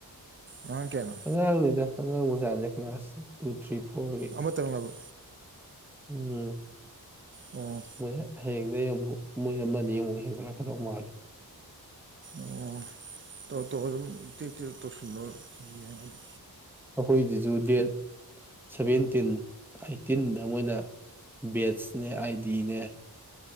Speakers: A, on the right (about 30°); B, in the centre.
A: ꯑꯉꯥꯡ ꯀꯌꯥꯅꯣ
B: ꯑꯉꯥꯡꯅꯤꯗ ꯑꯉꯥꯡ ꯃꯖꯥꯅꯦꯦ ꯀ꯭ꯂꯥꯁ ꯇꯨ ꯊ꯭ꯔꯤ ꯐꯣꯔꯒꯤ
A: ꯑꯃꯇꯪꯂꯕ
B: ꯎꯝ
A: ꯑꯣ
B: ꯃꯣꯏ ꯍꯌꯦꯡꯗ ꯌꯦꯡꯉꯨ ꯃꯣꯏ ꯑꯃꯅꯤ ꯌꯦꯡꯉꯨ ꯍꯦꯟꯒꯠꯂꯛꯀꯗꯧ ꯃꯥꯜꯜꯂꯤꯦ
A: ꯑꯣ ꯇꯣ ꯇꯣ ꯑꯗꯨꯝꯛꯇꯤ ꯇꯧꯁꯤꯜꯂꯣ ꯌꯦꯉ ꯑꯗꯨ
B: ꯑꯩꯈꯣꯏꯁꯤꯁꯨ ꯗꯦꯜ ꯁꯚꯦꯟꯇꯤꯟ ꯑꯠꯇꯤꯟꯗ ꯃꯣꯏꯅ ꯕꯦꯠꯁꯅꯦ ꯑꯥꯏ ꯗꯤꯅꯦ